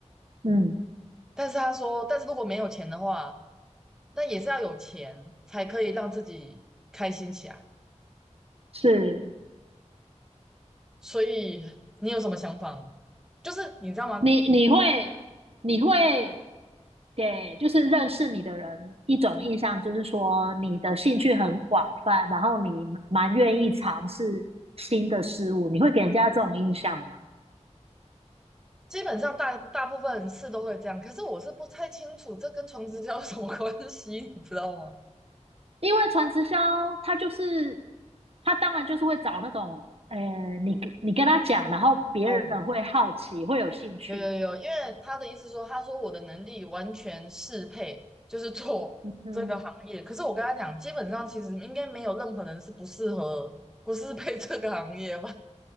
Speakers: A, on the right; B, in the centre.
A: 嗯，
B: 但是他说，但是如果没有钱的话，那也是要有钱才可以让自己开心起来。
A: 是
B: 所以你有什么想法吗？就是你知道吗？
A: 你你会你会给就是认识你的人一种印象，就是说你的兴趣很广泛，然后你蛮愿意尝试新的事物，你会给人家这种印象吗？
B: 基本上大大部分是都会这样，可是我是不太清楚这跟床直交有什么 <laughs> 关系，你知道吗？
A: 因为传直销，他就是他当然就是会找那种，呃，你跟你跟他讲，然后别人会好奇，
B: 哦，
A: 会有兴趣。
B: 有有有，因为他的意思说，他说我的能力完全适配，就是做这个行业。
A: 嗯
B: 可是我跟他讲，基本上其实应该没有任何人是不适合、不适配这个行业吧？